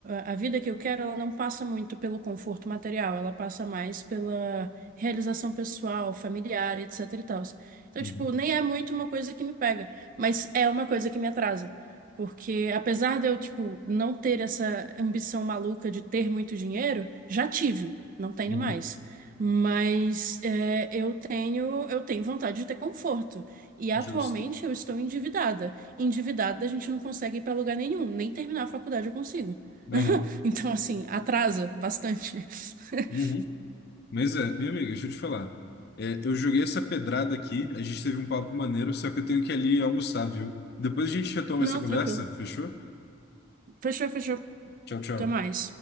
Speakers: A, on the right; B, on the left.
A: a a vida que eu quero, ela não passa muito pelo conforto material, ela passa mais pela realização pessoal, familiar, etc e tal. Então,
B: uhum,
A: tipo, nem é muito uma coisa que me pega, mas é uma coisa que me atrasa. Porque apesar de eu, tipo, não ter essa ambição maluca de ter muito dinheiro, já tive, não tenho
B: uhum.
A: mais. Mas é, eu tenho eu tenho vontade de ter conforto. E atualmente
B: Justo.
A: eu estou endividada. Endividada a gente não consegue ir para lugar nenhum, nem terminar a faculdade eu consigo.
B: Aham,
A: <laughs> Então, assim, atrasa bastante. <laughs>
B: uhum. Mas é, minha amiga, deixa eu te falar. É, eu joguei essa pedrada aqui, a gente teve um papo maneiro, só que eu tenho que ir ali almoçar, viu? Depois a gente retoma
A: Não,
B: essa conversa,
A: tranquilo.
B: fechou?
A: Fechou, fechou.
B: Tchau, tchau.
A: Até mais.